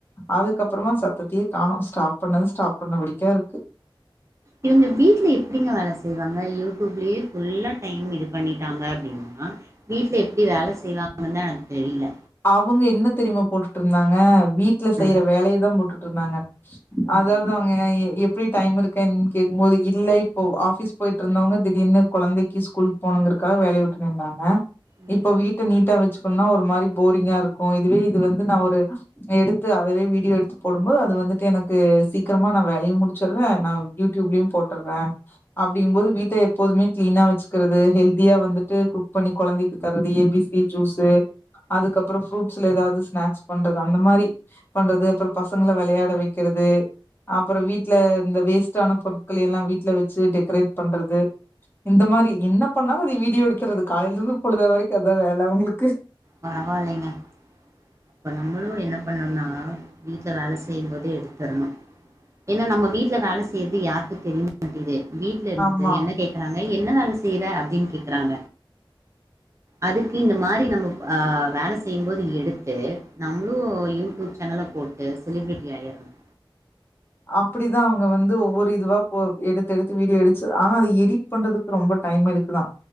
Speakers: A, on the left; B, on the right.
A: அதுக்கப்றமா சத்தத்தய காணும் ஸ்டாப் பண்ணது ஸ்டாப் பண்ணபடிக்கா இருக்கு
B: இவுங்க வீட்ல எப்டிங்க வேலை செய்வாங்க யூ லயே ஃபுல்லா டைம் இது பண்ணிட்டாங்க அப்டின்னா வீட்டில் எப்படி வேல செய்வாங்குத எனக்கு தெரில
A: அவுங்க என்ன தெரியுமா போட்டுட்டு இருந்தாங்க வீட்ல செய்ற
B: ம்
A: வேலைய தான் போட்டு ருந்தாங்க
B: ஓ
A: அதாவது அவுங்க எப்படி டைம் இருக்கன்னு கேக்கும் போது இல்ல இப்போ ஆபீஸ் போயிட்டு இருந்தவங்க திடீர்னு குழந்தைக்கு ஸ்கூல் போனுங்கிறதுக்காக வேலைய விட்டு நின்னாங்க
B: ம்
A: இப்போ வீட்டை நீட்டா வச்சுக்கணும்னா ஒரு மாரி போரிங்கா இருக்கும் இதுவே இது வந்து நான் ஒரு எடுத்து அதவே வீடியோ எடுத்து போடும்போது அது வந்துட்டு எனக்கு சீக்கிரமா நா வேலையு முடிச்சடுறே நா யூடியூப்லயும் போட்டற அப்படிங்கும் போது வீட்டை எப்போதுமே கிளீனா வச்சுக்கிறது ஹெல்தியா வந்துட்டு குக் பண்ணி குழந்தைக்கு தர்றது ஏ பி சி ஜூஸு அதுக்கப்புற
B: ம்
A: ஃப்ரூட்ஸ்ல ஏதாவது ஸ்நாக்ஸ் பண்றது அந்த மாரி பண்றது அப்புறம் பசங்களை விளையாட வைக்கிறது அப்புற வீட்டுல இந்த வேஸ்ட்டான பொருட்கள எல்லாம் வீட்டுல வச்சு டெக்கரேட் பண்றது இந்த மாரி என்ன பண்ணாலும் அதை வீடியோ எடுத்துறது காலையில இருந்து பொழுத வரைக்கும் அதா வேல அவங்களுக்கு
B: பரவாயில்லைங்க அப்ப நம்மளும் என்ன பண்ணும்னா வீட்டுல வேலை செய்யும்போத எடுத்துரணும் ஏன்னா நம்ம வீட்டுல வேலை செய்யறது யாருக்கு தெரிய மாட்டியது வீட்டுல இருந்துட்டு
A: ஆமா
B: என்ன கேக்கறா என்ன வேல செய்ற அப்படின்னு கேக்கறாங்க அதுக்கு இந் மாரி நம்ம அஹ் வேல செய்யும் போது எடுத்து நம்மளும் யூ டியூப் சேனல்ல போட்டு செலிபிரிட்டி ஆயிரணும்
A: அப்படிதா அவங்க வந்து ஒவ்வொரு இதுவா போ எடுத்து எடுத்து வீடியோ எடிச்சு ஆஹ் அதை எடிட் பண்றதுக்கு ரொம்ப டைம் எடுக்குதா